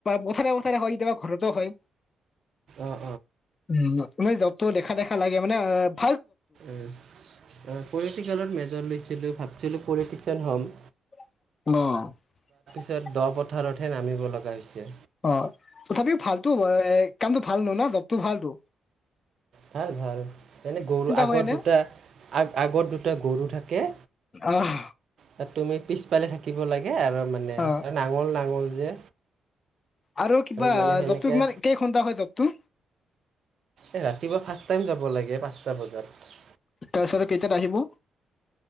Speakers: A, on the left; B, on the right.
A: পথাৰে পথাৰে হয় কেতিয়াবা ঘৰতো হয়
B: অঁ
A: <unintelligible> জ্বব তো দেখা দেখা লাগে মানে অ
B: উ উ পৰিটিকেলত মেজ- লৈছিলো ভাবছিলোঁ পলিটিকেল হ'ম
A: অ
B: তত দ পথাৰতহে নামিব লগা হৈছে
A: অ তথাপিও ভালতো কামটো ভাল নো ন জবটো ভাল টো
B: ভাল ভাল এনেই গৰু আগত
A: হয় এনে?
B: দুটা আ আগত দুটা গৰু থাকে
A: আহ,
B: আৰু তুমি পিছফালে থাকিব লাগে আৰু মানে
A: অ',
B: নাঙল নাঙল যে
A: আৰু কিবা
B: মানে সেনেকৈ
A: জ্বপটো ইমান কেই ঘণ্টা হয় জ্বপটো
B: এ ৰাতিপুৱা ফাৰ্ষ্ট টাইম যাব লাগে পাঁচটা বজাত
A: তাৰ চতে <unintelligible> আহিব